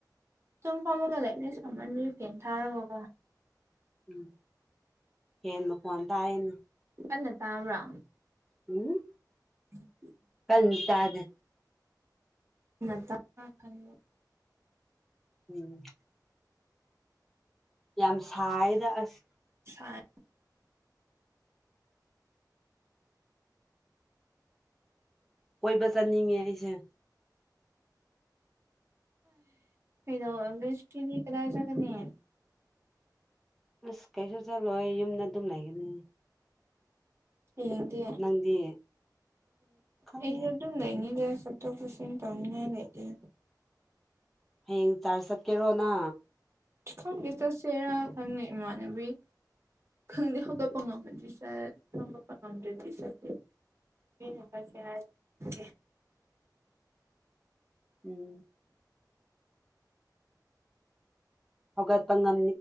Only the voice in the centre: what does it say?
ꯎꯝ ꯍꯦꯟ ꯃꯈꯣꯟ ꯇꯥꯏꯅ
ꯎꯝ
<unintelligible> ꯇꯥꯗꯦ
ꯎꯝ ꯌꯥꯝ ꯁꯥꯏꯗ ꯑꯁ
ꯀꯣꯏꯕ ꯆꯠꯅꯤꯡꯉꯦ ꯑꯩꯁꯦ
ꯑꯁ ꯀꯩꯁꯨ ꯆꯠꯂꯣꯏ ꯌꯨꯝꯗ ꯑꯗꯨꯝ ꯂꯩꯒꯅꯤ
ꯅꯪꯗꯤ ꯈꯪꯗꯦ
ꯍꯌꯦꯡ ꯆꯥꯔꯖ ꯆꯠꯀꯦꯔꯣꯅ
ꯎꯝ ꯍꯧꯒꯠꯄ ꯉꯝ